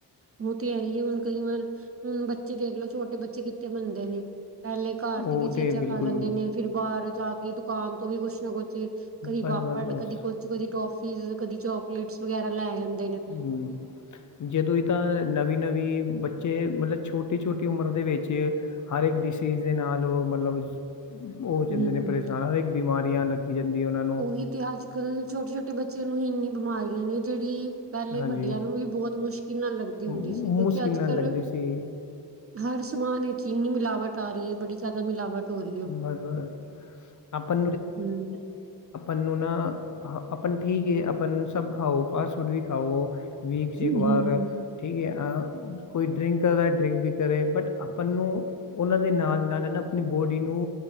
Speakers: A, on the right; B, on the left.
A: ਵੋ ਤੇ ਹੈ ਈ ਏ, ਹੁਨ ਕਂਈ ਵਾਰ ਹੁਨ ਬੱਚੇ ਦੇਖਲੋ, ਛੋਟੇ ਬੱਚੇ ਕਿੱਥੇ ਮੰਨਦੇ ਨੇ, ਪ੍ਹੈਲੇ ਘਾਰ
B: ਉਹ
A: ਦੀ ਵੀ ਚੀਜ਼ਾਂ
B: ਤਾਂ ਬਿਲਕੁਲ
A: ਖਾ ਲੈਂਦੇ ਨੇ, ਫਿਰ ਬਾਰ ਜਾ ਕੇ ਦੁਕਾਨ ਤੋਂ ਵੀ ਕੁੱਛ ਨਾ ਕੁੱਛ, ਕਦੀ
B: ਬਸ
A: ਪਾਪੜ,
B: ਬਸ ਬਸ
A: ਕਦੀ ਕੁੱਛ ਤੇ ਕਦੀ ਟੋਫੀਜ਼, ਕਦੀ ਚੋਕਲੇਟਸ ਵਗੈਰਾ ਲੈ ਆਂਦ।
B: ਹੂੰ। ਜਦੋਂ ਤਾਂ ਨਵੀਂ-ਨਵੀਂ ਬੱਚੇ ਮਤਲਬ ਛੋਟੀ-ਛੋਟੀ ਉਮਰ ਦੇ ਵਿੱਚ ਹਰ ਏਕ ਡਿਸੀਜ਼ ਦੇ ਨਾਲ ਓ ਮਤਲਬ ਓ ਹੋ ਜਾਂਦੇ
A: ਹਮ
B: ਨੇ ਪਰੇਸ਼ਾਨ, ਹਰ ਏਕ ਬਿਮਾਰੀਆਂ ਲਗ ਗੀ ਜਾਂਦੀ ਓਨਾਂ ਨ
A: ਓਹੀ ਤੇ ਅੱਜ-ਕੱਲ ਛੋਟੇ-ਛੋਟੇ ਬੱਚੇ ਨੂੰ ਇੰਨੀ ਬਿਮਾਰੀਆਂ ਨੇ ਜੇੜੀ ਪ੍ਹੈਲੇ
B: ਹਾਂਜੀ
A: ਵੱਡੇਆਂ ਨੂੰ ਵੀ ਬੋਤ ਮੁਸ਼ਕਿਲ ਨਾਲ ਲੱਗਦੀ
B: ਮੁ-
A: ਹੁੰਦੀ ਸੀ, ਕਿਉਂਕਿ
B: ਮੁਸ਼ਕਿਲ
A: ਆੱਜ-ਕੱਲ
B: ਨਾਲ ਲੱਗਦੀ ਸੀ
A: ਹਰ ਸਮਾਨ ਇਚ ਇੰਨੀ ਮਿਲਾਵਟ ਆ ਰੀ ਏ ਬੜੀ ਜਾਦਾ ਮਿਲਾਵਟ। ਹੋ ਰਹੀ
B: <inaudible>
A: ਹੈ
B: ਅਪਾਂ
A: ਹਮ
B: ਨੂੰ ਨਾ ਅਪਨ ਠੀਕ ਏ, ਅਪਨ ਸਬ ਖਾਓ ਫਾਸਟ ਫੂਡ ਵੀ ਖਾਓ ਵੀਕ ਚ ਏਕ
A: ਹਮ
B: ਵਾਰ। ਠੀਕ ਏ, ਅ ਕੋਈ ਡਰਿੰਕ ਕਰ ਰਾਐ ਡਰਿੰਕ ਵੀ ਕਰੇ, ਬਟ ਅਪਾਂ ਨੂੰ ਓਨਾਂ ਦੇ ਨਾਲ-ਨਾਲ ਨਾ ਅਪਨੀ ਬੋਡ ਡੀ ਨੂੰ